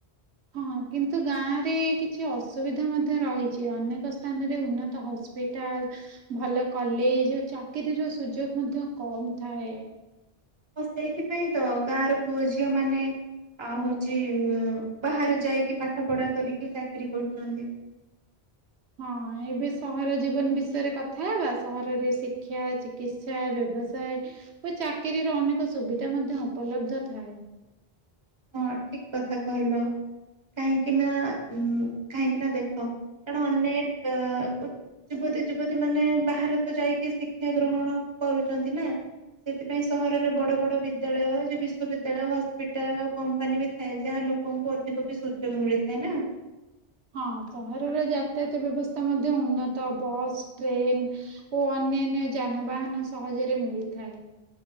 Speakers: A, on the right (about 85°); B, on the right (about 25°).
A: ହଁ କିନ୍ତୁ ଗାଁ ରେ କିଛି ଅସୁବିଧା ମଧ୍ୟ ରହିଛି ଅନେକ ସ୍ଥାନରେ ଉନ୍ନତ ହସ୍ପି ହସ୍ପିଟାଲ ଭଲ କଲେଜ ଚାକିରୀର ସୁଯୋଗ ମଧ୍ୟ କମ ଥାଏ
B: ସେଇଥିପାଇଁ ତ ଗାଁର ପୁଅ ଝିଅ ମାନେ ଆଉ ହଉଛି ବାହାରେ ଯାଇକି ପାଠ ପଢା କରିକି ଚାକିରୀ କରୁଛନ୍ତି।
A: ହଁ ଏବେ ସହର ଜୀବନ ବିଷୟରେ କଥା ହେବା ସହରରେ ଶିକ୍ଷା ଚିକିତ୍ସା ବ୍ୟବସାୟ ଓ ଚାକିରିୀର ଅନେକ ସୁବିଧା ମଧ୍ୟ ଉପଲବ୍ଧ ଥାଏ।
B: ହଁ ଠିକ କଥା କହିଲ। କାହିଁକି ନା ଉଁ କାହିଁକି ନା ଦେଖ କାରଣ ଅନେକ ଯୁବତୀ ଯୁବତୀ ମାନେ ବାହାର ତ ଯାଇକି ଶିକ୍ଷା ଗ୍ରହଣ କରୁଛନ୍ତି ନା ସେଥିପାଇଁ ସହରରେ ବଡ ବଡ ବିଦ୍ୟାଳୟ ଯେ ବିଶ୍ୱବିଦ୍ୟାଳୟ ହସ୍ପିଟାଲ କମ୍ପାନୀ ବି ଥାଏ ଯାହା ଲୋକଙ୍କୁ ଅଧିକ ବି ସୁଯୋଗ ମିଳିଥାଏ ନା
A: ହଁ ସହରର ଯାତାୟାତ ବ୍ୟବସ୍ଥା ମଧ୍ୟ ଉନ୍ନତ ବସ୍ ଟ୍ରେନ୍ ଓ ଅନ୍ୟାନ୍ୟ ଯାନବାହାନ ସହଜରେ ମିଳିଥାଏ